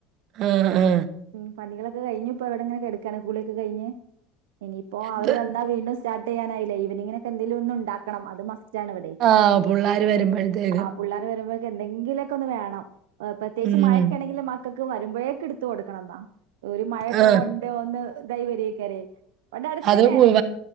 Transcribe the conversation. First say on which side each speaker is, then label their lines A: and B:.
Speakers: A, on the right; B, on the right.
A: ഉം ഉം
B: ഉം പണികളൊക്കെ കഴിഞ്ഞ് ഇപ്പ ഇവിടെങ്ങനെ കെട്ക്കാണ് കുളി ഒക്കെ കഴിഞ്ഞ് ഇനിയിപ്പോ
A: എന്ത്
B: അവര് വന്നാ വീണ്ടും സ്റ്റാർട്ട് ചെയ്യാനായില്ലെ ഈവനിങ്ങിനൊക്കെ എന്തെലൊന്നുണ്ടാക്ക ക്കണം അത് മസ്റ്റ് ആണ് ഇവിടെയ്
A: ആ പുള്ളാര് വരുമ്പോഴത്തേക്ക്
B: ആ പുള്ളാര് വരുമ്പോഴക്കെ എന്തെങ്കിലൊക്കെ ഒന്ന് വേണം പ്രത്യേകിച്ച്
A: ഉം
B: മഴക്കേണെങ്കിൽ മ ക്കക്ക്‌ വരുമ്പഴേക്ക്ട്ത്ത് കൊടുക്കണംന്നാ ഒരു മഴക്കെ
A: ആ
B: കൊണ്ട് ഒന്ന്തായ് വരയ്ക്കാരേയ് വിടെ അടുത്തന്നേണ്
A: അത് പു-